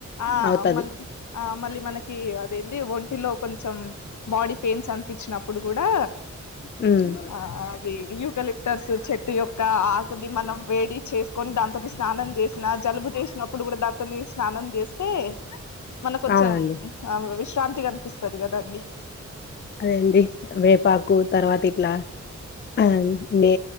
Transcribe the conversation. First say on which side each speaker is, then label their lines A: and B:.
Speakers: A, on the left (about 75°); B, on the left (about 40°).
A: ఆ
B: అవుతాది.
A: మళ్ళీ ఆ మళ్ళీ మనకి అదేంది ఒంటిలో కొంచెం బాడీ పెయిన్స్ అనిపించినప్పుడు కూడా
B: హ్మ్.
A: ఆ అవి యు కలెక్టర్స్ చెట్ ఇకా ఆకుని మనం వేడి చేసుకొని దాంతోటే స్నానం చేసిన జలుబు చేసినప్పుడు కూడా దాంతో మీరు స్నానం చేస్తే మళ్ళ కొంచెం
B: అవునండి.
A: వి శాంతిగా అనిపిస్తుంది కదండి
B: అదాండి వేపాకు తర్వాత ఇట్లా ఆ బే